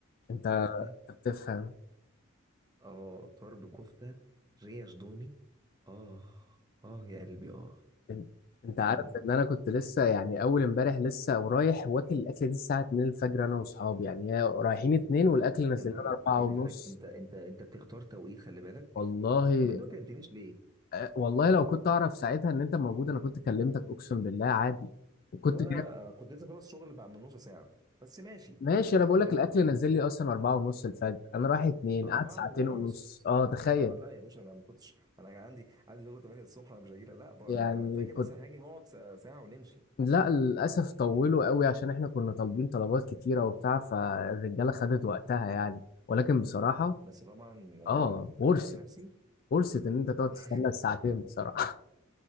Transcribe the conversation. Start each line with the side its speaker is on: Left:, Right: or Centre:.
Left: انت
Right: كفتة
Left: أنت بتفهم
Right: آه طرب كفتة ريش ضاني آه آه يا قلبي آه
Left: ان- انت
Right: يعني
Left: عارف ان انا كنت لسه يعني اول امبارح لسه ورايح واكل الاكله دي الساعه 2 الفجر انا واصحابي يعني هي رايحين 2 والاكل نزل
Right: يا نهار
Left: لنا
Right: أبيض
Left: 4
Right: اتنين
Left: ونص
Right: الفجر أنت أنت أنت بتختار توقيت خلي بالك
Left: والله
Right: طب أنت ما كلمتنيش ليه؟
Left: آه، والله لو كنت اعرف ساعتها ان انت موجود انا كنت كلمتك اقسم بالله عادي وكنت
Right: هو أنا آه، كنت لسه خلاص شغل بعد من نص ساعة بس ماشي
Left: ماشي انا بقول
Right: قول
Left: لك الاكل
Right: لي كمل
Left: نزل لي اصلا أربعة ونص الفجر انا رايح اتنين
Right: أربعة
Left: قعد ساعتين
Right: ونص
Left: ونص اه تخيل
Right: اه لا يا باشا انا ما كنتش انا كان عندي عندي شغل 8 الصبح انا مش هاجي لا بقى
Left: يعني
Right: انا فاكر
Left: كنت
Right: مثلا هاجي نقعد ساعة ساعة ونمشي
Left: لا للاسف طولوا قوي عشان احنا كنا طالبين طلبات كتيره وبتاع فالرجاله خدت وقتها يعني ولكن بصراحه
Right: بس طبعا آه،
Left: اه ورثت
Right: انا عن نفسي
Left: ورثت ان انت تقعد
Right: <laughs>
Left: تستنى الساعتين بصراحه